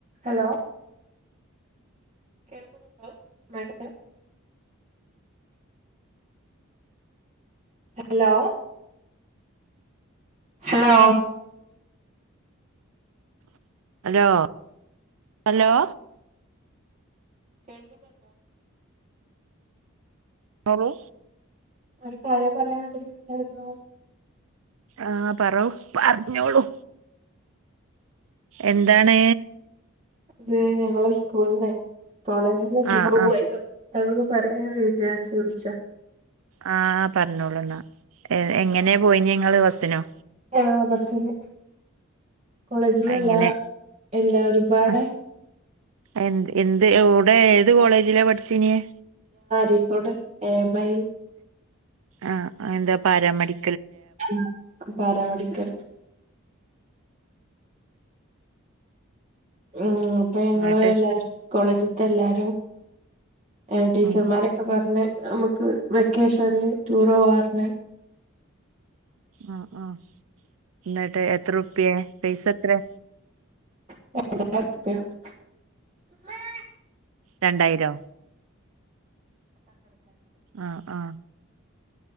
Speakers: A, on the right (about 30°); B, on the right (about 80°).
A: Hello കേൾക്കുന്നുണ്ടോ madam hello hello
B: hello hello
A: ആഹ് കേൾക്കുന്നുണ്ടോ
B: ഞ്ഞോളൂ
A: ഒരു കാര്യം പറയാൻ വേണ്ടി വിളിച്ചായിരുന്നു
B: ആ പറോ പറഞ്ഞോളൂ എന്താണ്
A: അത് ഞങ്ങള് സ്കൂളിന്നെ കോളേജിൽ നിന്ന് ടൂർ
B: ആ ആ
A: പോയത് അതൊന്ന് പറയാന്ന് വിചാരിച്ച് വിളിച്ചതാ
B: ആ പറഞ്ഞോളൂ എന്നാ എങ്ങനെ പോയിന്നെ നിങ്ങള് ബസ്സിനോ
A: ആ ബസിന് കോളേജന്നല്ലാ
B: എങ്ങനെ
A: എല്ല ഒരുപാട്
B: ആ, എന്ത് എന്ത് ടെ ഏത് കോളേജിലാ പഠിച്ചിനിയെ
A: ഴിക്കോട് എമഐൽ
B: ആ എന്താ പാരമടി
A: ആ പാരാവളിക്കർ ആ അപ്പ ഞങ്ങള്
B: എന്നിട്ട്
A: എല്ലാ കോളേജ ഇതല്ലാരും അ ടീച്ചർമാരക്ക
B: ഉം
A: പറഞ്ഞ നമുക്ക് വെക്കേഷനില് ടൂർ പോവാറന്
B: ആ ആ എന്നിട്ട് എത്രറുപ്യ പൈസ എത്രയ
A: എപ
B: രണ്ടായിരോ ആ ആ